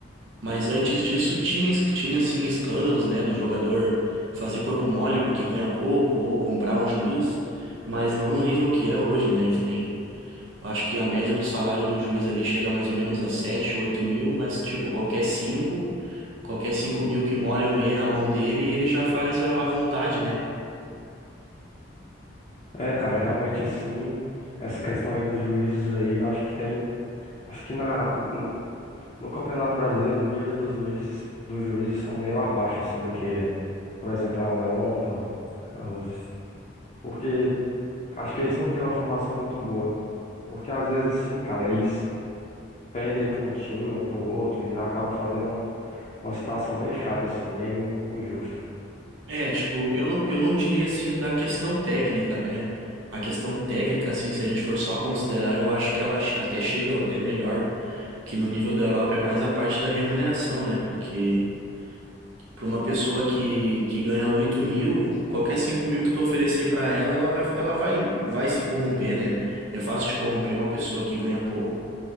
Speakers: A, on the right; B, on the left.
A: Mas antes disso tinha, es- tinha sim escândalos, né, do jogador fazer corpo mole porque ganha pouco ou comprar um juiz, mas não no nível que é hoje, né, que nem eu acho que a média do salário do juiz ali chega mais ou menos a 7 8 mil, mas tipo, qualquer cinco qualquer 5 mil que molham ele, a mão dele, ele já faz a, a vontade, né?
B: É, cara, realmente assim, essa questão aí dos juízes aí, eu acho que tem. Acho que na, No Campeonato Brasileiro, o nível dos juízes, dos juízes são meio abaixo, assim, do que, por exemplo, a Europa, aos... porque acho que eles não têm uma formação muito boa. Porque às vezes, assim, cara, eles pendem para um time ou para o outro e acaba fazendo uma, uma situação bem chata, assim, meio injusta.
A: É, tipo, eu não, eu não diria assim da questão técnica, né? A questão técnica, assim, se a gente for só considerar, eu acho que ela che- até chega até melhor que no nível da Europa é mais a parte da remuneração, né? Porque para uma pessoa que, que ganha 8 mil, qualquer 5 mil que tu oferecer para ela, ela vai, ela vai, vai se corromper, né? É fácil de corromper uma pessoa que ganha pouco,